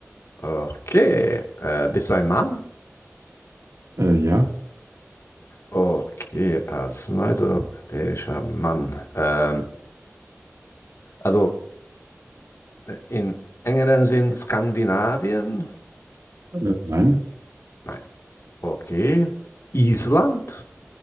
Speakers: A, on the left (about 60°); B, on the right (about 80°).
A: Okay. Äh, bist du ein Mann?
B: äh, ja,
A: Okay, als nordeuropäischer Mann. Ähm, also äh, in engeren Sinn Skandinavien?
B: äh, nein,
A: Nein. Okay. Island?